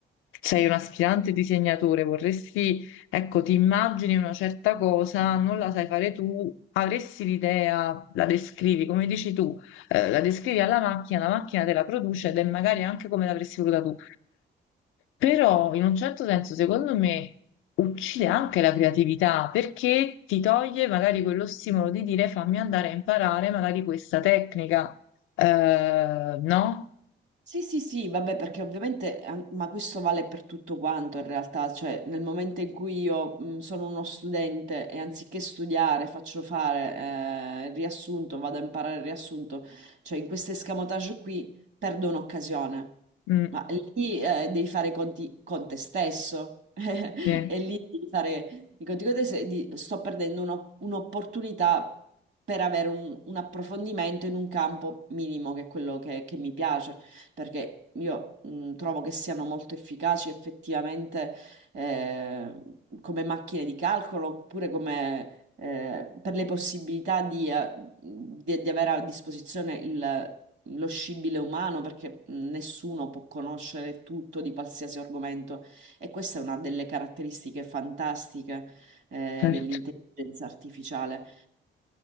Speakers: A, on the left; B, on the right.
A: sei un aspirante disegnatore, vorresti, ecco, ti immagini una certa cosa, non la sai fare tu, avresti l'idea, la descrivi, come dici tu, eh, la descrivi alla macchina, la macchina te la produce ed è magari anche come l'avresti voluta tu. Però in un certo senso, secondo me, uccide anche la creatività perché ti toglie magari quello stimolo di dire fammi andare a imparare magari questa tecnica, Eh, no?
B: Sì, sì, sì, vabbè, perché ovviamente, an- ma questo vale per tutto quanto in realtà, cioè nel momento in cui io mh, sono uno studente e anziché studiare faccio fare eh, il riassunto, vado a imparare il riassunto, cioè in questo escamotage qui perdo un'occasione,
A: Mm.
B: ma lì eh, devi fare i conti con te stesso <laughs> e
A: Sì,
B: lì devi fare i conti con te stesso, e di- sto perdendo uno- un'opportunità per avere un, un approfondimento in un campo minimo che è quello che che mi piace perché io mh, trovo che siano molto efficaci effettivamente eh, come macchine di calcolo oppure come... eh, per le possibilità di, eh, di- di avere a disposizione il- lo scibile umano, perché mm, nessuno può conoscere tutto di qualsiasi argomento. E questa è una delle caratteristiche fantastiche eh,
A: certo.
B: dell'intelligenza artificiale.